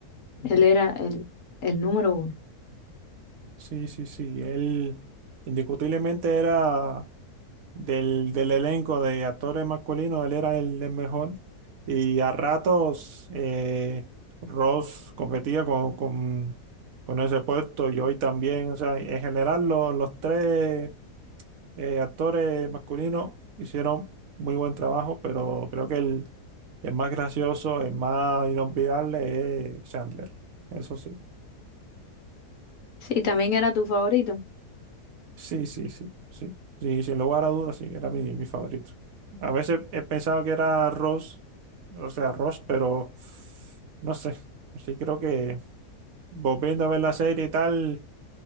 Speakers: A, on the left; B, on the right.
A: él era el, el número uno.
B: Sí, sí, sí. sí. Él indiscutiblemente era del, del elenco de actores masculinos, él era el, el mejor. Y a ratos eh, Ross competía con, con, con ese puesto y hoy también. O sea, en general lo- los tres eh, actores masculinos hicieron muy buen trabajo, pero creo que el, el más gracioso, el más inolvidable es Chandler. Eso sí.
A: Sí, también era tu favorito.
B: Sí, sí, sí, sí. Sí, sin lugar a dudas, sí, era mi, mi favorito. A veces he pensado que era Ross, o sea, Ross, pero no sé. Sí, creo que volviendo a ver la serie y tal,